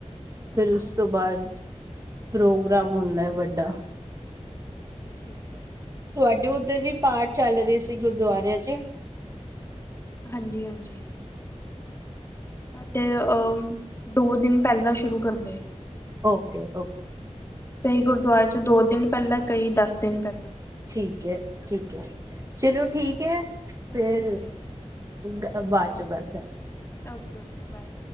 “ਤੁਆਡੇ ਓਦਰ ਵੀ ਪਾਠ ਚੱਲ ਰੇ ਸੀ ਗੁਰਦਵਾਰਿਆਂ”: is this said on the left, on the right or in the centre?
Right